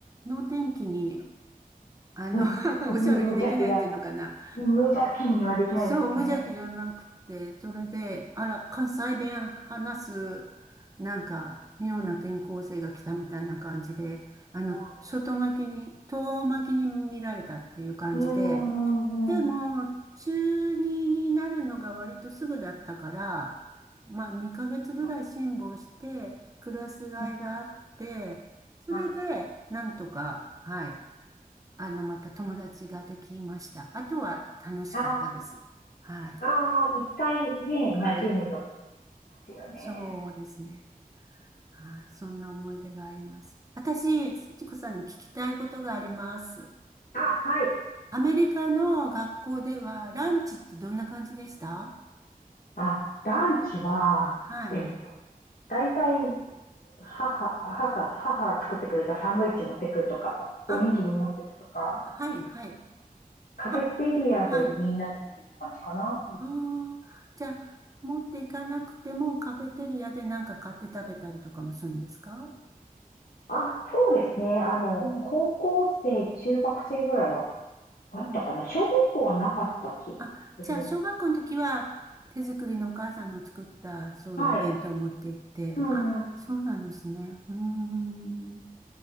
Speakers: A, on the right; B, on the left.
A: 能天気に、あの
B: <laughs>
A: <laughs> おしゃべりできないっていうのかな、
B: 無邪気な、無邪気にはできないですよね。
A: そう、無邪気じゃなくて、それで、あら、関西弁話す、なんか、妙な転校生が来たみたいな感じで、あの、
B: あー
A: 外巻きに、遠巻きに見られたっていう感じで、
B: うーん、
A: でも、
B: うん、は
A: 中2になるのが割とすぐだったから、まあ、2ヶ月ぐらい辛抱して、
B: い。
A: クラス替えがあって、
B: うん、
A: それで、
B: はい。
A: なんとか、はい、あの、また友達ができました。あとは楽しかったです。
B: ああ
A: はい。
B: ああ一回ね、
A: はい。
B: 馴染むと楽しみますよね。
A: そうですね。はい。そんな思い出があります。私、幸子さんに聞きたいことがあります。
B: あ、はい。
A: アメリカの学校ではランチってどんな感じでした
B: あ、ランチは、
A: はい。
B: えっと、大体、母、母が、母が作ってくれたサンドイッチ持ってくとか、
A: あ、
B: おにぎり持ってくとか、
A: はい、はい。
B: カフェテリアでみんなで食べる感じかな。
A: あ、はい。あーじゃあ、持っていかなくてもカフェテリアでなんか買って食べたりとかもするんですか
B: あ、そうですね。あの、
A: うん、
B: 高校生、中学生ぐらいはあったかな。
A: うん。
B: 小学校はなかった気がするんですけど。
A: は、あ、じゃあ、小学校の時は、手作りのお母さんの作った、そういうお弁当を持って行って、
B: はい。うんうんう
A: あ、そうなんですね。うーん。